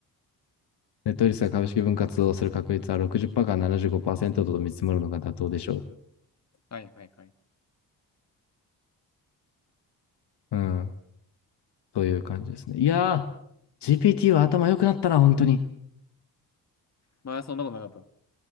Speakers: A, on the left (about 60°); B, on the left (about 35°).
A: ネットリスが株式分割をする確率は60%から75%と見積もるのが妥当でしょ
B: はいはいはい。
A: う。うん。という感じですね。いやー、GPT は頭良くなったな、本当に。
B: まあ、そんなことなかった。